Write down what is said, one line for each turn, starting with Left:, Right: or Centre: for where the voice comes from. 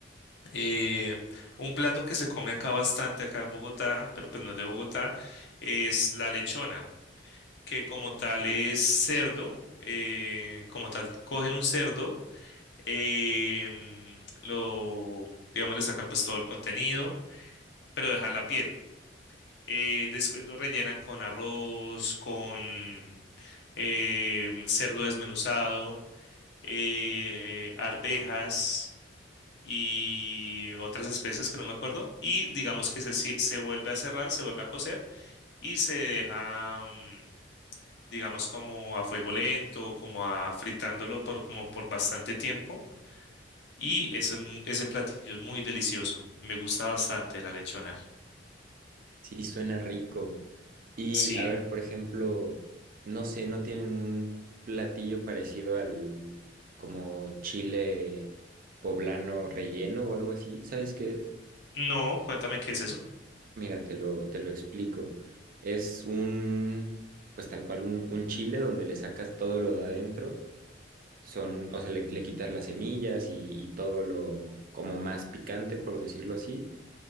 Left: eh, un plato que se come acá bastante, acá en Bogotá, pero pues no es de Bogotá, es la lechona que como tal es cerdo, eh, como tal cogen un cerdo, em, lo, digamos, le sacan pues todo el contenido, pero dejan la piel. Eh, después lo rellenan con arroz, con em, cerdo desmenuzado, eh, arvejas y otras especias que no me acuerdo. Y digamos que se, se se vuelve a cerrar, se vuelve a cocer y se deja... mm, digamos como a fuego lento, como a fritándolo por, como por bastante tiempo. Y ese, ese platillo es muy delicioso. Me gusta bastante la lechona.
Right: Sí, suena rico. Y
Left: Sí.
Right: a ver, por ejemplo, no sé, no tienen un platillo parecido al como chile poblano relleno o algo así. ¿Sabes qué es?
Left: No, cuéntame qué es eso.
Right: Mira, te lo, te lo explico. Es un, pues tal cual, un, un chile donde le sacas todo lo de adentro. Son, o sea, le, le quitas las semillas y, y todo lo como más picante, por decirlo así.